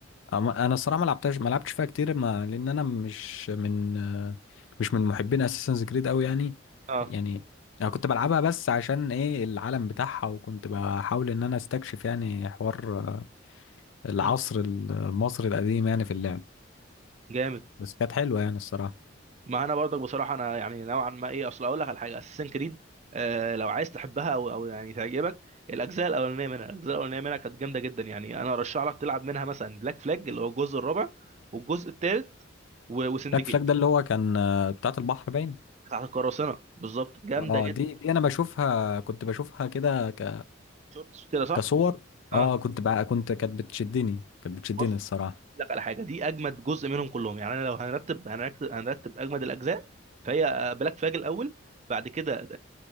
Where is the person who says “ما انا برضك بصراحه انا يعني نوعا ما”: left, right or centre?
Right